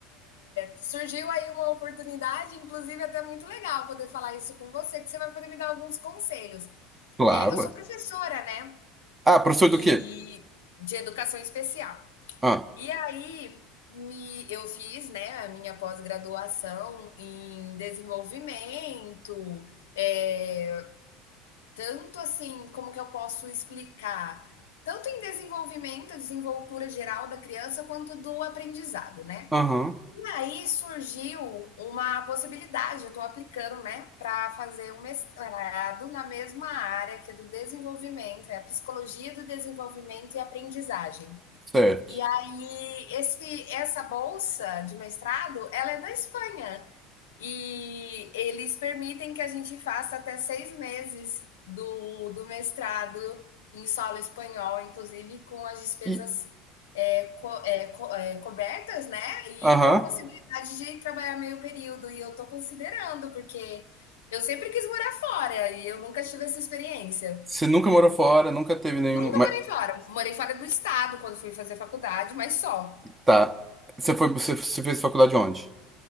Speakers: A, on the left; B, on the right.
A: Surgiu aí uma oportunidade, inclusive até muito legal poder falar isso com você, que você vai poder me dar alguns conselhos.
B: Claro.
A: É, eu sou
B: é.
A: professora, né?
B: Ah, professor
A: E
B: do quê?
A: de educação especial.
B: Ah,
A: E aí me, eu fiz, né, a minha pós-graduação em desenvolvimento, é, tanto assim, como que eu posso explicar? Tanto em desenvolvimento, desenvoltura geral da criança, quanto do aprendizado, né?
B: aham,
A: E aí surgiu uma possibilidade, eu estou aplicando, né, para fazer um mestrado na mesma área que é do desenvolvimento, é a psicologia do desenvolvimento e aprendizagem.
B: certo.
A: E aí esse essa bolsa de mestrado, ela é da Espanha e eles permitem que a gente faça até seis meses do, do mestrado em solo espanhol, inclusive com as despesas
B: E,
A: é, co- é, co- é, cobertas, né? E
B: aham,
A: com a possibilidade de trabalhar meio período. E eu tô considerando, porque eu sempre quis morar fora e eu nunca tive essa experiência.
B: você nunca morou fora, nunca teve nenhum...
A: Nunca
B: Mas,
A: morei fora. Morei fora do estado quando fui fazer faculdade, mas só.
B: tá, você foi, você, você fez faculdade onde?